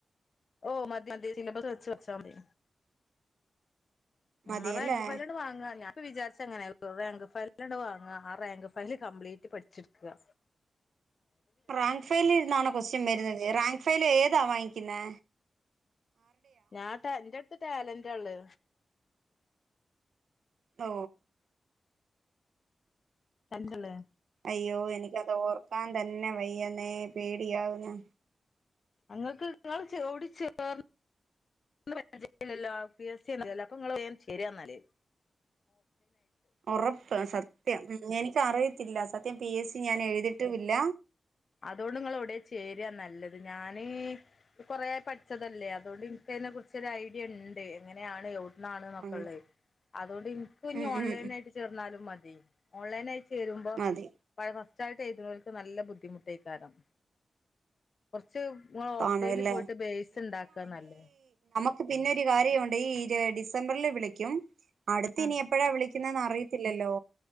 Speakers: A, on the left; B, on the right.
A: ഓ മതി മതി സിലബസ് വെച്ച് ച്ചാമതി
B: മതിയല്ലേ
A: ആ റാങ്ക് ഫലയലാണ് വാങ്ങാ ഞാൻ വിചാരിച്ച ഇങ്ങനെ റാങ്ക് ഫയൽ വാങ്ങാ ആ റാങ്ക് ഫയൽ കംപ്ലീറ്റ് പഠിച്ചിട്ക്കാ
B: റാങ്ക് ഫയലിൽ ന്നാണോ കൊസ്റ്റൻ വരുന്നത് റാങ്ക് ഫയൽ ഏതാ വാങ്ങിക്കുന്നെ
A: ഞാൻട്ടാ എൻ്റെട് ത്ത് ട്ടാലന്റാ ള്ളെ
B: ഓ
A: തന്നയലേ
B: അയ്യോ എനിക്ക് അത് ഓർക്കാൻ തന്നെ വയ്യന്നെ പേടിയാവുന്നു
A: അങ്ങക്ക് ഇങ്ങളൗടിം ചേർന്നിലല്ലോ പി എസ് സി അപ്പങ്ങളൗടേം ചേരാ നല്ലത്
B: ഒറ പ്പ് സത്യം ഇങ്ങ ഇച്ച അറിയത്തില്ല സത്യം ഞാൻ പി എസ് സി ഞാൻ എഴുതിയിട്ടും ഇല്ല
A: അതോണ്ട് ഇങ്ങള് എവിടെ ചേരാന നല്ലത് ഞാൻ കൊറേ പഠിച്ചത് അല്ലെ അതോണ്ട്എനിക്ക് അതിനെ കുറിച് ഐഡിയ ഉണ്ട് എങ്ങനെയാണ് എവിട് ന്നാണ് നോക്കെ
B: ഉണ്ട്
A: ള്ളത് അതോണ്ട് എനിക്ക്
B: ഉം
A: ഓൺലൈൻ
B: ഉം ഉം
A: ആയി ചേർന്നാലും മതി തി ഓൺലൈൻ ആയി ചെരുമ്പോ
B: മതി
A: മണേ ഫസ് ഫസ്റ്റായിട്ട് എഴുത്ണോൽക്ക് നല്ല ബുദ്ധിമു ട്ടൈക്കാരം കൊറ ച്ച്ങ്ങള്
B: കാണുവല്ലേ
A: ഓഫ്‌ലൈന് പോയിട്ട് ബേസ് ഇണ്ടാകാനല്ലെ
B: ക്ക് പിന്നെ ഒരു കാര്യുണ്ട് ഈ ഡിസംബറിൽ വിളിക്കും അടുത്ത്
A: ഉം
B: ഇനി എപ്പളാ വിളികുന്നേന്ന് അറിയ ത്തില്ലല്ലോ